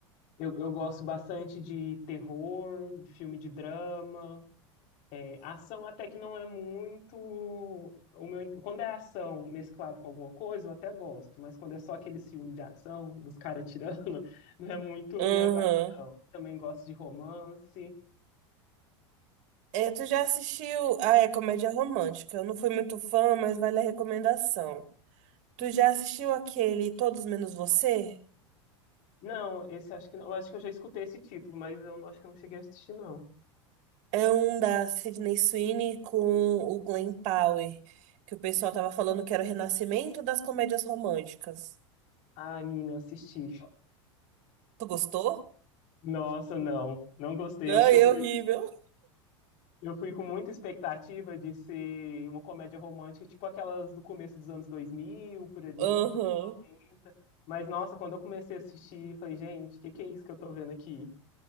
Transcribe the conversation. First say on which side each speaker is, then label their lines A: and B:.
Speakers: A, on the left; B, on the right.
A: Eu, eu gosto bastante de terror, de filme de drama. Ação até que não é muito o meu. Quando é ação mesclado com alguma coisa, eu até gosto, mas quando é só aqueles filmes de ação, dos caras tirando, <laughs> não é muito
B: uhum.
A: minha vibe, não. Também gosto de romance.
B: É, tu já assistiu... Ah, é comédia romântica. Eu não fui muito fã, mas vale a recomendação. Tu já assistiu aquele Todos Menos Você?
A: Não, esse acho que não. Eu acho que eu já escutei esse título, mas eu não- acho que eu não cheguei a assistir, não.
B: É um da Sydney Sweeney com o Glenn Powell, que o pessoal tava falando que era o renascimento das comédias românticas.
A: Ah, menina, assisti.
B: Tu gostou?
A: Nossa, não. Não gostei.
B: Ai,
A: Eu Acho que eu
B: é
A: fui.
B: horrível.
A: Eu fui com muita expectativa de ser uma comédia romântica, tipo aquelas do começo dos anos 2000, por ali,
B: Aham.
A: dos anos 90. Mas, nossa, quando eu comecei a assistir, falei, gente, o que que é isso que eu tô vendo aqui?